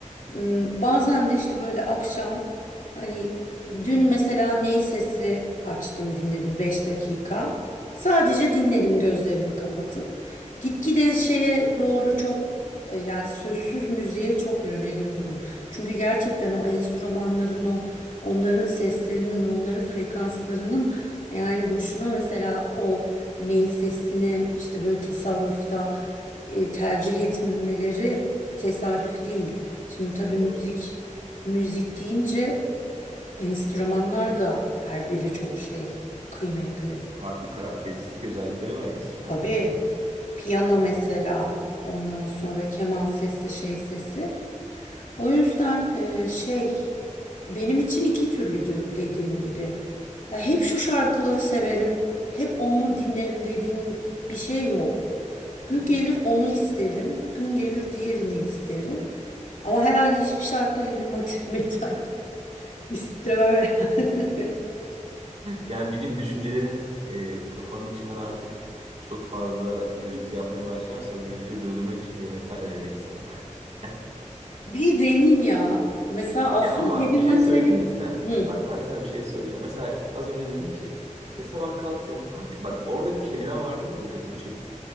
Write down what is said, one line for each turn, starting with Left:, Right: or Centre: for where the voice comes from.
Left: Hmm, Bazen de işte böyle akşam hani Dün mesela Ney Sesi açtım dinledim 5 dakika. Sadece dinledim gözlerimi kapatıp. Gitgide şeye doğru çok e, yani sözsüz müziğe çok yöneliyorum. Çünkü gerçekten o enstrümanların o onların seslerinin onların frekanslarının yani boşuna mesela o Ney Sesini işte böyle tasavvufta e, tercih etmeleri tesadüf değil. Şimdi tabii
Right: Doğru.
Left: müzik müzik deyince Enstrümanlar da her biri çok şey kıymetli.
Right: Farklı karakteristik özellikleri var enstrümanların.
Left: Tabii piyano
Right: Yani
Left: mesela ondan sonra
Right: evet.
Left: keman sesi şey sesi. O yüzden e, şey benim için iki türlü diyor dediğim gibi. Ya hep şu şarkıları severim, hep onu dinlerim dediğim bir şey yok. Gün
Right: Hmm.
Left: gelir onu isterim, gün gelir diğerini isterim. Ama herhalde hiçbir şartta heavy metal <laughs> istemem herhalde.
Right: Yani bir gün düşüncelerin e, kafanın içinden artık çok fazla gürültü yapmaya başlarsa o gürültüyü durdurmak için heavy metal önereyim sana. <laughs>
Left: Bir deneyeyim ya. Mesela aslında
Right: Ya ama
Left: heavy
Right: bak bir şey
Left: materi...
Right: söyleyeyim mi sen?
Left: Hı.
Right: Bak ben sana bir şey söyleyeceğim. Mesela az önce dedim ki işte sabah kalktığında hafif bak orada bir kelime vardı ve dikkatimi çekti.